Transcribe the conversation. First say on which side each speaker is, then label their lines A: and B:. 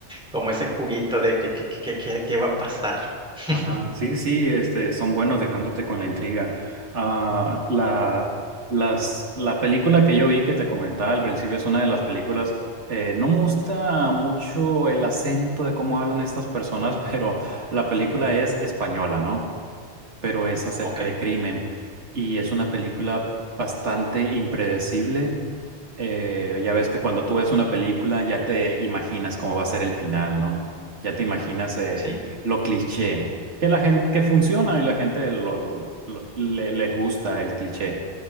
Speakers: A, in the centre; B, on the right (about 80°).
A: como ese juguito de que, que, que, que- que- qué va a pasar. <laughs>
B: Ajá, sí, sí, este, son buenos dejándote con la intriga. Ah, la, las, la película que yo vi que te comentaba al principio es una de las películas. eh, no me gusta mucho el acento de cómo hablan estas personas, <laughs> pero la película es española, ¿no? pero es acerca
A: Ok,
B: de crimen y es una película bastante impredecible. Eh, ya ves que cuando tú ves una película ya te imaginas cómo va a ser el final, ¿no? Ya te imaginas eh,
A: sí.
B: lo cliché, que la gente, que funciona y la gente lo- lo- le, les gusta el cliché.